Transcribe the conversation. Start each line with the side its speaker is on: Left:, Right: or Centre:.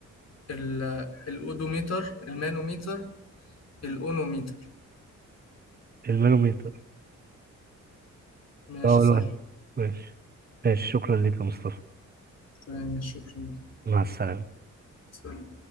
Left: ال- الأودوميتر المانوميتر الأونوميتر
Right: المانوميتر
Left: ماشي
Right: أول
Left: صح
Right: واحد ماشي ماشي شكرا لك يا مصطفى
Left: تمام ماشي شكرا
Right: مع السلامة
Left: سلام.